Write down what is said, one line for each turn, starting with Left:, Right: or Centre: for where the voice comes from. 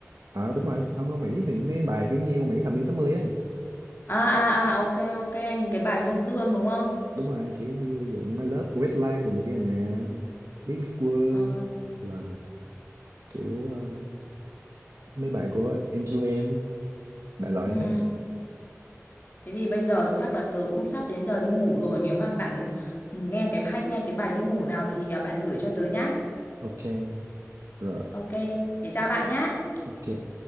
Right: ờ đúng rồi không Âu Mỹ thì mấy bài kiểu như Âu Mỹ thập niên 80 á
Left: à à à ok ok những cái bài du dương đúng không
Right: đúng rồi kiểu như dạng My Love của Westlife rồi này kia nè biết biết World
Left: Ờ.
Right: là kiểu ờ, mấy bài của M2M đại loại
Left: ừ.
Right: hết
Left: thế thì bây giờ chắc là tớ cũng sắp đến giờ đi ngủ rồi nếu mà bạn nghe cái hay nghe cái bài đi ngủ nào thì à, bạn gửi cho tớ nhá
Right: ok rồi
Left: ok thế chào bạn nhá
Right: ok